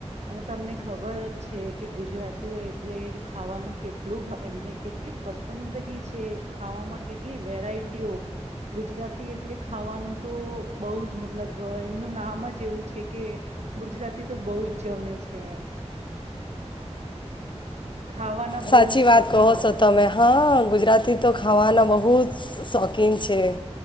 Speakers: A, on the right (about 75°); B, on the left (about 45°).
A: અને તમને ખબર જ છે કે ગુજરાતીઓ એટલે ખાવાનું કેટલું એમને કેટલી પસંદગી છે, ખાવામાં કેટલી વેરાયટીઓ ગુજરાતી એટલે ખાવાનું તો બહુ જ મતલબ એમનું નામ જ એવું છે કે ગુજરાતી તો બહુ જ જમે છે એમ ખાવાના
B: સાચી
A: બહુ શોકીનદાર
B: વાત કહો છો તમે હા ગુજરાતી તો ખાવાના બહુ જ શોખીન છે